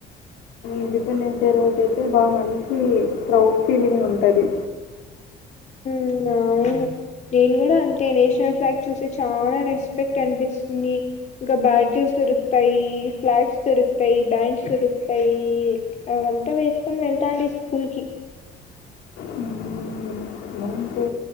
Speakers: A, on the left (about 85°); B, on the left (about 45°).
A: ఇండిపెండెన్స్ డే రోజు అయితే బా మంచి ప్రౌడ్ ఫీలింగ్ ఉంటది.
B: ఇంగ అవును నేను కూడా అంతే నేషనల్ ఫ్లాగ్ చూసే చానా రెస్పెక్ట్ అనిపిస్తుంది ఇంకా బ్యార్జెస్ దొరుకుతాయి ఫ్లాగ్స్ దొరుకుతాయి బ్యాండ్స్ దొరుకుతాయి అవంతా వేసుకొని వెళ్ ఉంటాడి స్కూల్ కి
A: హ్మ్. అంటే